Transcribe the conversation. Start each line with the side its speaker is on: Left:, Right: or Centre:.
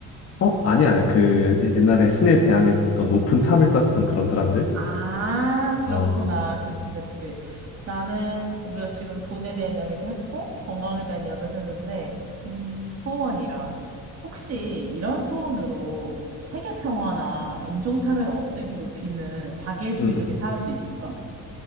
Left: 어, 아니야, 아니야. 그 옛날에 신에 대항했던 높은 탑을 쌓던 그런 사람들?
Right: 아, 그렇구나.
Left: 아,
Right: 그치, 그치. 나는 우리가 지금 돈에 대한 이야기도 했고, 건강에 대한 이야기도 했는데, 음, 소원이라. 혹시 이런 소원으로 세계 평화나 인종차별을 없애기로 비는 박애주의적인
Left: 음,
Right: 사람도 있을까?